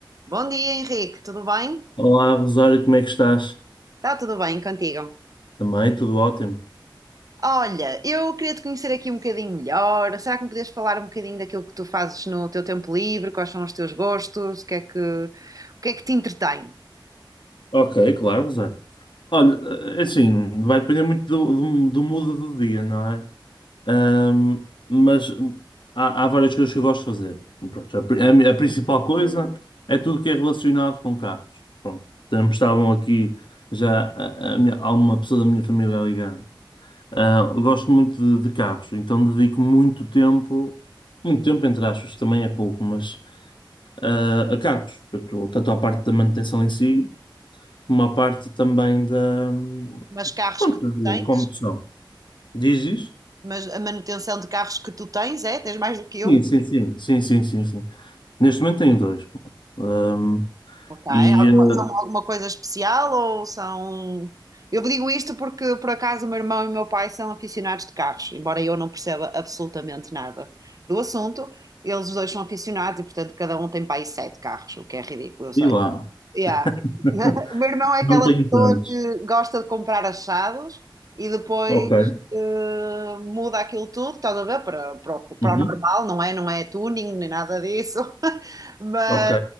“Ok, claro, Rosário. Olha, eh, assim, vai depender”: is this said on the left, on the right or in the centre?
Left